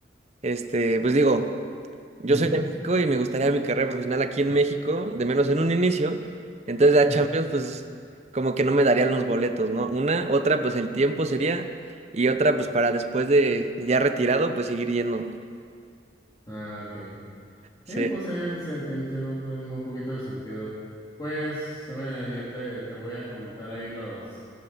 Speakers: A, on the right; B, on the left.
A: este, pues digo, yo
B: ujú,
A: soy de México y me gustaría mi carrera profesional aquí en México, de menos en un inicio, entonces la
B: mm,
A: Champions, pues, como que no me darían los boletos, ¿no? Una, otra, pues el tiempo sería, y otra, pues para después de ya retirado, pues seguir yendo.
B: Ah, ok.
A: Sí,
B: Sí, pues sí, se tiene, tiene- tiene un poquito de sentido. Pues, bueno, ya te, te voy a comentar ahí los,